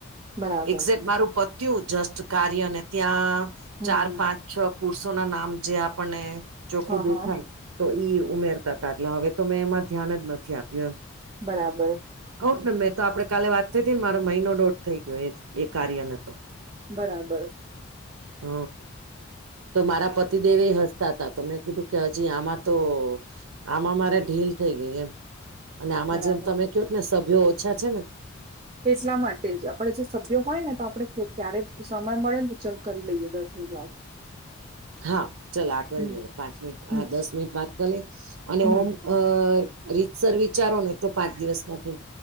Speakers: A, on the right; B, on the right.
A: બરાબર
B: એક્ઝેકટ મારું પત્યું જસ્ટ કાર્યને ત્યાં
A: હમ
B: ચાર
A: હમ
B: પાંચ છ પુરુષો ના નામ જે આપણને ચોખ્ખું
A: હા
B: દેખાય
A: હા
B: તો ઈ ઉમેરતા એટલે હવે તો મેં એમાં ધ્યાન આપ્યું એમ.
A: બરાબર.
B: કઉ ને મેં તો આપડે કાલે વાત થઈ હતી ને મારો મહિનો દોઢ થઈ ગયો એ કાર્ય ને તો.
A: બરાબર.
B: હ. તો મારા પતિદેવ એ હસતા હતા તો મેં કીધું કે હજી આમાં તો આમાં મારા ઢીલ થઈ ગઈ એમ અને આમાં
A: બરાબર
B: જેમ તમે કહોત ને સભ્યો ઓછા છે ને
A: એટલા માટે જ આપણેે જે સભ્ય હોય ને તો આપડે ક્યારે સમય મળે ને ચાલ કરી લઈએ દસ મિનટ વાર.
B: હા ચાલ આ કરી
A: હમ
B: લે પાંચ મિનિટ
A: હમ
B: હા દસ મિનિટ વાત કરી લે અને
A: હમ
B: ઓમ અ રીતસર વિચારો ને તો પાંચ દિવસમાં થઈ